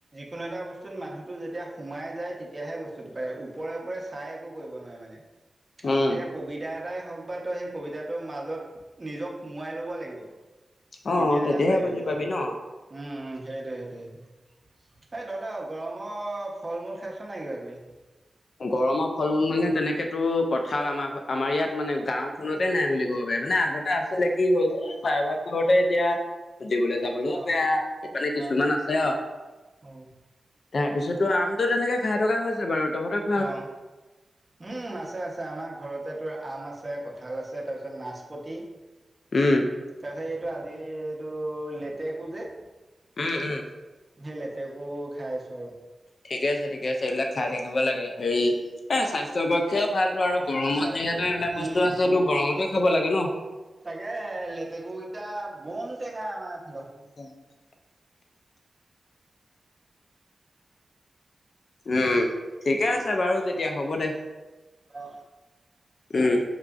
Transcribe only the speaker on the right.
কোনো এটা বস্তুত মানুহটো যেতিয়া সোমাই যায় তেতিয়াহে বস্তুটো পাৰে ওপৰে ওপৰে চাই একো কৰিব নোৱাৰে মানে।
এতিয়া কবিতাৰ কবিতাই হওক বা তই সেই কবিতাৰ মাজত নিজক সোমোৱাই ল'ব লাগিব।
তেতিয়াহে পাৰিবি
মানে।
উম,
সেই <inaudible> এই তহঁত গৰমৰ ফল-মূল খাইছ নাই কিবা কিবি?
অ
অ অ
উম
অ', উম, আছে আছে আমাৰ ঘৰতে তোৰ আম আছে, কঁঠাল আছে তাৰপিছত নাচপতি
তাৰ পিছত এইটো আজি এইটো লেতেকো যে,
সেই লেতেকো খাই আছোঁ আৰু।
চাইজ
উম
তাকে লেতেকু কেইটা বম টেঙা আমাৰ। এইফালৰ।
বা